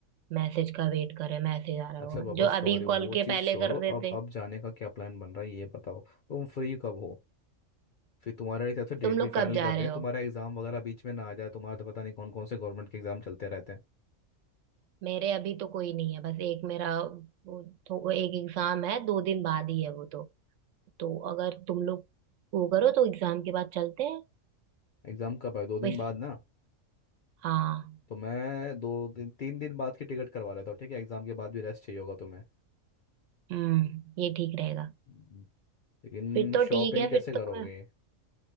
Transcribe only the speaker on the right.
मैसेज का वेट कर रहे मैसेज आ रहा
होगा
जो
अभी
कॉल के
पहले
कर
देते
तुम
लोग
कब जा
रहे
हो
मेरे अभी तो कोई नहीं है बस एक मेरा वो तो वो एक एग्जाम है दो दिन बाद ही है वो तो तो अगर तुम लोग वो करो तो एग्जाम के बाद चलते हैं
बस
हाँ
हम्म ये ठीक रहेगा
फिर तो ठीक
है
फिर
तो मैं